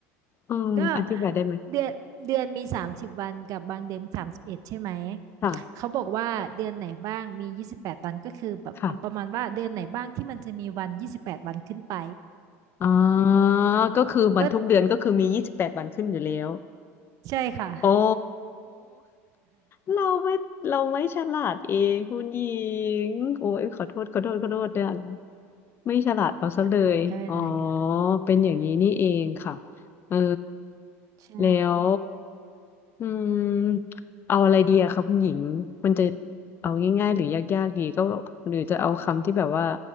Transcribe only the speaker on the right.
ก็เดือนเดือนมีสามสิบวันกับบางเดือนมีสามสิบเอ็ดใช่ไหม
เขาบอกว่าเดือนไหนบ้างมียี่สิบแปดวันก็คือแบบประมาณว่าเดือนไหนบ้างที่มันจะมีวันยี่สิบแปดวันขึ้นไป
ก็ใช่ค่ะ
<laughs> ไม่เป็นไรค่ะ
ใช่